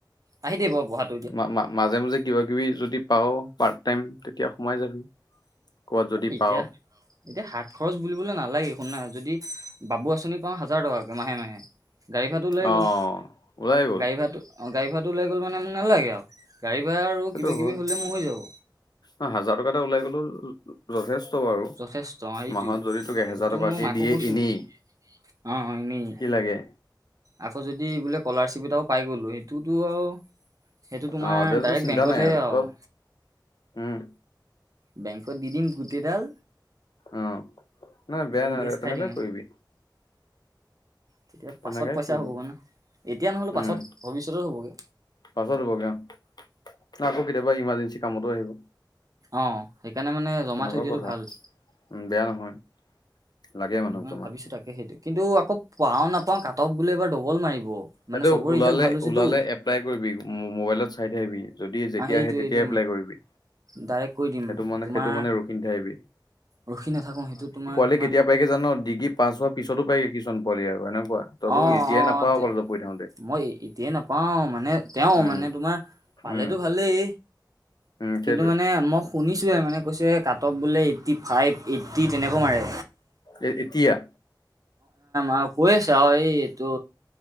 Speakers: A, on the right; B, on the left.
A: আহি থাকিব বাৰু পঢ়াত।
B: মা-মা-মাজে মাজে কিবা কিবি যদি পাওঁ পাৰ্ট টাইম তেতিয়া সোমাই যাবি। ক'ৰবাত যদি
A: এতিয়া
B: পাওঁ,
A: এতিয়া হাত খৰচ বুলিবলৈ নালাগে, শুননা যদি বাবু আঁচনি পাওঁ হাজাৰ টকাকে মাহে মাহে গাড়ী ভাড়াটো ওলাই
B: অ',
A: গ'ল,
B: ওলাই গ'ল
A: গাড়ী ভাড়াটো অ' গাড়ী ভডাটো লাই গ'ল মানে মোৰ নালাগে আৰু। গাড়ী ভাড়া আৰু
B: সেইটো
A: কিবা
B: হয়।
A: কিবি হ'লে মোৰ হৈ যাব।
B: ন' হাজাৰ টকা এটা ওলাই গলেও যথেষ্ট বাৰু,
A: যথেষ্ট অ, সেইটোৱে
B: মাহত যদি তোক এহেজাৰ
A: সেইটো
B: টকাকে
A: মই মাকো
B: দিয়ে
A: কৈছোঁ
B: এনেই
A: বোল অ' এনেই।
B: কি লাগে
A: আকৌ যদি বোলে কলাৰশ্বিপ এটাও পাই গ'লো, সেইটোতো আৰু সেইটো তোমাৰ
B: অ', তেতিয়াতো
A: ডাইৰেক্ট
B: চিন্তা
A: বেংকতহে
B: নাই
A: আৰু।
B: তই উম।
A: বেংকত দি দিম গোটেই ডাল
B: অ' নাই বেয়া নাই বেয়া নহয়,
A: ইণ্টাৰেষ্ট
B: তেনেকেই
A: খাই দিম
B: কৰিবি।
A: তেতিয়া
B: তেনেকাই
A: পাছত পইচা
B: কৰিবি
A: হ'বগৈ ন' এতিয়া নহ'লে পাছত
B: উম,
A: ভৱিষ্যতৰ হ'বগৈ।
B: পাছত হ'বগে অ' বা আকৌ কেতিয়াবা ইমাৰ্জেঞ্চি কামতো আহিব।
A: অ' সেইকাৰণে মানে জমা
B: তেনেকুৱা
A: থৈ দিয়াটো
B: কথা,
A: ভাল,
B: উম, বেয়া নহয়। লাগে
A: সেইটো
B: মানুহক
A: মই
B: জমা।
A: ভাবিছোঁ, তাকে সেইটোৱে। কিন্তু আকৌ পাওঁ নাপাওঁ, কাট অফ বুলে এইবাৰ ডবল মাৰিব। মানে
B: সেইটো
A: চবৰে
B: ওলালে
A: ৰিজাল্ট ভাল হৈছেতো
B: ওলালে এপ্লাই কৰিবি, মোবাইলত চাই থাকিবি। যদি যেতিয়া
A: সেইটো
B: আহে তেতিয়াই
A: এইটো
B: এপ্লাই কৰিবি,
A: ডাইৰেক্ট কৈ দিম
B: সেইটো মানে
A: তোমাৰ
B: সেইটো মানে ৰখি নেথাকিবি।
A: ৰখি নাথাকো, সেইটো তোমাক
B: বুলে কেতিয়া পায়গে জান' ডিগ্ৰী পাছ হোৱাৰ পিছতো পাইগে কিছুমান পোবালি আৰু এনেকুৱা। তইতো
A: অ',
B: এতিয়াই
A: অ'
B: নাপাৱ কলেজত পঢ়ি থাকোতে
A: মই এতিয়ে নাপাও মানে, তেওঁ
B: উম
A: মানে তোমাৰ পালেতো
B: উম
A: ভালেই
B: উম
A: কিন্তু
B: সেইটোৱে
A: মানে মোক শুনিছোঁৱে মানে, কৈছে কাট অফ বুলে এইট্টি ফাইভ, এইট্টি তেনেকুৱা মাৰে।
B: এ-এতিয়া?
A: অ' কৈ আছে আৰু এই এইটো